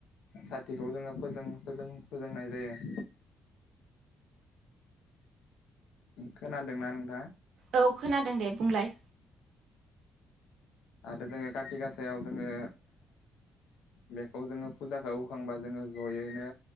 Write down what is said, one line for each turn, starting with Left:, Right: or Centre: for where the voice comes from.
Left: साथिखौ जोङो फोजों-फोजों-फोजोंनाय जायो। <inaudible> खोनादोंना नोंथाङा?
Right: औ खोनादों दे बुंलाय
Left: आरो जोङो काति गासायाव जोङो बेखौ जोङो फुजाखौ होखांबा जोङो जयैनो